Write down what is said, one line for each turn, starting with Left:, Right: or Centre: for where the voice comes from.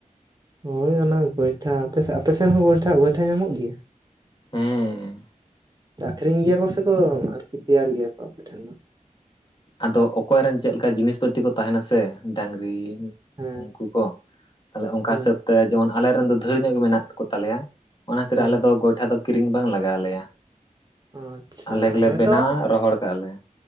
Right: ᱦᱳᱭ ᱚᱱᱟ ᱜᱚᱭᱴᱷᱟ ᱟ ᱟᱯᱮᱥᱱ ᱦᱚᱸ ᱜᱚᱭᱴᱟ ᱜᱚᱭᱴᱷᱟ ᱧᱟᱢᱚᱜ ᱜᱮᱭᱟ?
Left: ᱦᱮᱸ᱾
Right: ᱟᱠᱷᱨᱤᱧ ᱜᱮᱭᱟ ᱠᱚ ᱥᱮ ᱠᱚ ᱟᱨᱠᱤ ᱛᱮᱭᱟᱨ ᱜᱮᱭᱟ ᱠᱚ ᱟᱯᱮᱴᱷᱮᱱ ᱫᱚ᱾
Left: ᱟᱫᱚ ᱚᱠᱚᱭ ᱨᱮᱱ ᱪᱮᱫᱞᱮᱠᱟ ᱡᱤᱱᱤᱥ ᱯᱟᱹᱛᱤ ᱠᱚ ᱛᱟᱦᱮᱱᱟ ᱥᱮ ᱰᱟᱝᱨᱤ
Right: ᱦᱮᱸ
Left: ᱩᱱᱠᱩ ᱠᱚ ᱛᱟᱦᱞᱮ ᱚᱱᱠᱟ
Right: ᱦᱮᱸ
Left: ᱦᱤᱥᱟᱹᱵ ᱛᱮ ᱡᱮᱢᱚᱱ ᱟᱞᱮᱨᱮ ᱨᱮᱱ ᱫᱚ ᱰᱟᱹᱨ ᱧᱚᱜ ᱜᱮ ᱢᱮᱱᱟᱜ ᱠᱚ ᱛᱟᱞᱮᱭᱟ᱾ ᱚᱱᱟ ᱠᱷᱟᱹᱛᱤᱨ
Right: ᱦᱮᱸ
Left: ᱟᱞᱮ ᱫᱚ ᱜᱚᱭᱴᱟ ᱫᱚ ᱠᱤᱨᱤᱧ ᱵᱟᱝ ᱞᱟᱜᱟᱣᱞᱮᱭᱟ᱾
Right: ᱟᱪᱪᱷᱟ
Left: ᱟᱞᱮ ᱜᱮᱞᱮ ᱵᱮᱱᱟᱣᱟ
Right: ᱫᱚ
Left: ᱨᱚᱦᱚᱲ ᱠᱟᱜᱼᱟ ᱞᱮ᱾